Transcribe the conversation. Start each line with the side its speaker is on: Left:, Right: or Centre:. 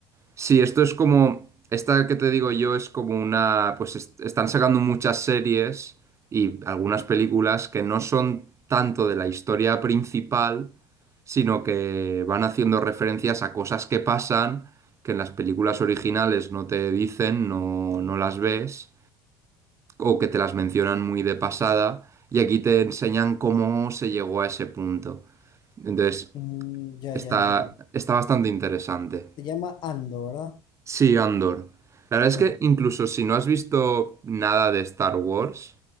Right: Sí, esto es como, esta que te digo yo es como una, pues est- están sacando muchas series y algunas películas que no son tanto de la historia principal, sino que van haciendo referencias a cosas que pasan, que en las películas originales no te dicen, no, no las ves o que te las mencionan muy de pasada y aquí te enseñan cómo se llegó a ese punto. Entonces,
Left: Mm, ya,
Right: está,
Left: ya entiendo.
Right: está bastante interesante.
Left: Se llama Ando, ¿verdad?
Right: Sí, Andor. La verdad es
Left: <laughs>
Right: que incluso si no has visto nada de Star Wars,